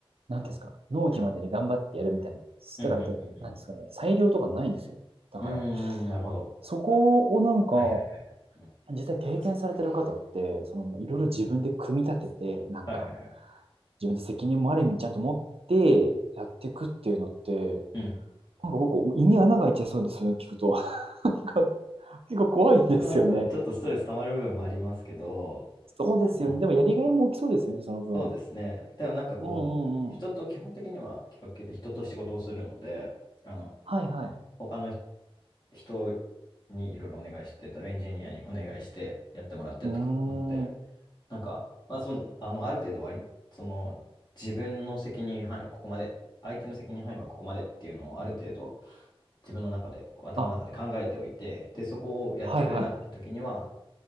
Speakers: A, on the right (about 75°); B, on the left (about 45°).
A: う、なんていうんですか、納期までに頑張ってやるみたいな。
B: うん。うん。
A: だからと、
B: うん。うん。
A: なんですかね、裁量とかないんですよ。だから、
B: うん。うんなるほど。
A: そこをなんか、
B: はいはいはいはい。うん
A: 実際経験されてる方って、
B: たくさんですか
A: その、いろいろ自分で組み立てて、なんか、
B: はいはいはい。
A: 自分で責任もある意味ちゃんと持ってやっていくっていうのって、
B: うん。
A: なんか僕、胃に穴が開いちゃいそうです、それ聞くと。<laughs> なんか、結構怖いんですよね。
B: まあ、なんかちょっとストレス溜まる部分もありますけど、
A: そうですよね。
B: でも
A: でもやりがいも大きそうですよね、その分。
B: そうですね。でもなんかこう、
A: うんうんうん。
B: 人と基本的には企画系って人と仕事をするので、あの、
A: はいはい。
B: 他のひ人にいろいろお願いして、エンジニアにお願いしてやってもらってとかなので、
A: うーん。
B: なんか、まあ、その、あの、ある程度割り、その、自分の責任範囲はここまで、相手の責任範囲はここまでっていうのをある程度自分の中で、こう頭の中で考えておいて、
A: あ、
B: で、そこをやってくれなかった時には、
A: はいはい。